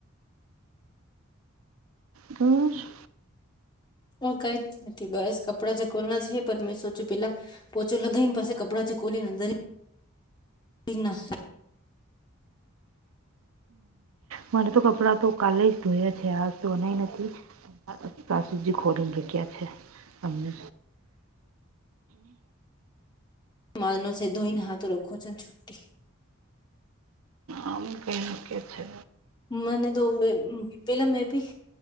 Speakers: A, on the right (about 85°); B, on the left (about 20°).
A: ઘર
B: ઓ કઈ જ નથી બસ કપડા જકોર ના છે પણ મેં સોચ્યું પેલા પોચો લગને પાસે કપડા ચકોલીને અંદર ના
A: મને તો કપડાં તો કાલે જ ધોયા છે આજ તો બનાય નથી સાસુજી ખોડીને રક્યા છે અમને
B: એ છે મા નસે ધોઈને હા રખોન છુટી
A: આમ કેહે કે છે
B: મને તો બે પેલા મેપી